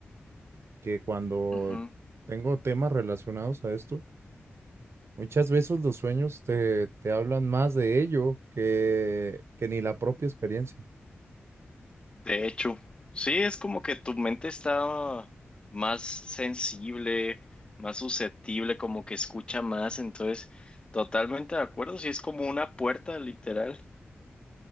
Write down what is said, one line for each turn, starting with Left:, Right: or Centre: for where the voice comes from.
Right: que cuando
Left: ujú.
Right: tengo temas relacionados a esto, muchas veces los sueños te, te hablan más de ello que, que ni la propia experiencia.
Left: De hecho, sí, es como que tu mente está más sensible, más susceptible, como que escucha más. Entonces, totalmente de acuerdo. Sí, es como una puerta, literal.